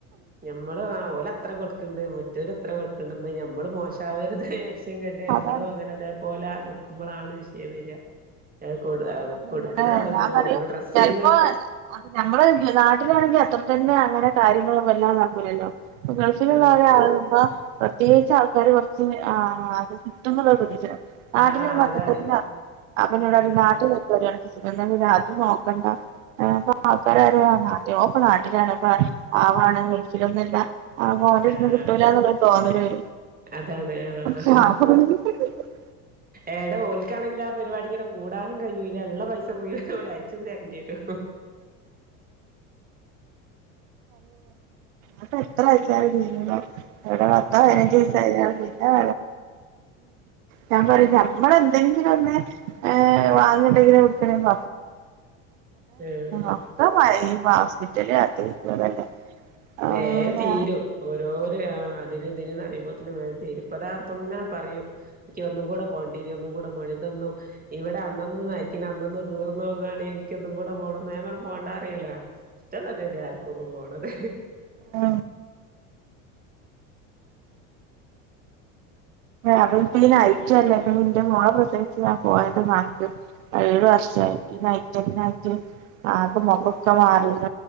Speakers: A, on the right; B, on the right.
A: ഞമ്മള് ആ ഒ ലത്ര കൊട്ക്ക്ണ്ട് മറ്റോല് ഇത്ര കൊട് ക്ക്ന്ന്ന്ന് ഞമ്മള് മോശാവരുത് വിയാരിച്ച്ങ്ങട്ട് ഞമ്മളും
B: അതാണ്
A: അങ്ങനെതേപോലെ നിക്കുമ്പൊളാണ് വിഷയം വര അത് കൊട്
B: അപ്പൊ
A: കൊടുക്കണാണെങ്കിലും
B: നിങ്ങൾടെ ഞാൻ പറയും
A: നമ്മള് ഡ്രസ്സിങ്
B: ചെൽപ്പോ അ ഞമ്മള് നാട്ടിലാണെങ്കി ത്രതന്നെ അങ്ങനെ കാര്യങ്ങളുമെല്ലാം നോക്കൂലല്ലോ അപ്പൊ ഗൾഫിലുള്ളാരാപ്പ
A: ആ
B: പ്രത്യേകിച്ച് ആൾക്കാര് കൊറച്ചും ആ അത് കിട്ടുംന്നുള്ള പ്രതീക്ഷേലാ നാട്ടിൽ
A: ആഹ് ആഹ്
B: വര്മ്പോ അപ്പൊത്തക്കും
A: അതാണ്
B: നാ അപ്പൊന്നോടറി
A: ആഹ്
B: നാ ച് എന്താണ് രാത്രി നോക്കണ്ട ആൾക്കാരാര നാട്ട ഇപ്പ നാട്ടിലാണ് ഇപ്പ പാവാണ് ൾഫിലൊന്നു അല്ല ആ ഓലെട്ത്ത്ന്ന്
A: ആഹ്
B: കിട്ടൂല്ലാന്നൊള്ളൊര് തോന്നല് വ
A: അതാണ് ആ
B: പാവാണ്
A: എടോ ഓൽക്കാണെങ്കിലാ പരിപാടിക്കിടെ കൂടാനും കഴിയില്ല ള്ള പൈസ മുഴൂവനും ഓര് അയച്ചും തര ണ്ട്യേരും
B: അപ്പ എത്ര ആയച്ചാലും തീരൂല എവിടെ പത്തോ പനഞ്ചിസോ
A: ഉം
B: അയലേറെ <unintelligible> ആ ഞാൻ പറയും ഞമ്മള് എന്തെങ്കിലും ഒന്ന് ഏ വാങ്ങ്ണ്ടെങ്കില <unintelligible> ഏ ഉം
A: ആഹ്
B: ഒക്കെ പഴേ പ ഹോസ്പിറ്റല് അത് <unintelligible> ആഹ്
A: വേം തീരും ഓരോരോ ആ അതിന് ഇതിനന്ന്റിയുമ്പോത്ത്ന് വേ തീരും പ്പൊതാ പ്പം ഇങ്ങനെ പറയും ൻക്ക് ഒന്നും കൂടെ പോണ്ടീനി ഒന്നും കൂടെ മോണ്ടിനി ന്നും ഇവിടെ അന്നന്ന് നയ്ക്ക്ണ അ തൊന്ന് തീർന്നോകാന് നിക്കൊന്നും കൂടെ പോണംന്ന് ഞാൻ പറയും പോണ്ടാ പറയലാ ഇഷ്ടം തന്നെല്ലയാര്ക്കുംപ്പം പോണത്
B: ആ അവൻപ്പ ഈ നയ്റ്റല്ല ഇപ്പം ന്റെ മോള പ്രസവിച്ച് ഞാ പോയാപ്പം നാട്ട് ഏഴു വർഷം ഈ നയ് <unintelligible> ആകെ മുഖ ക്കെ മാറി